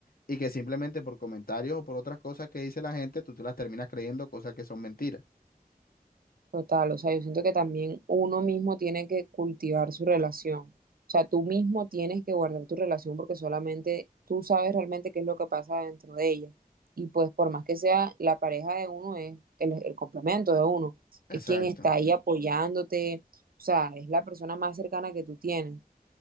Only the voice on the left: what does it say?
y que simplemente por comentarios o por otras cosas que dice la gente, tú te las terminas creyendo cosas que son mentiras.
Exacto.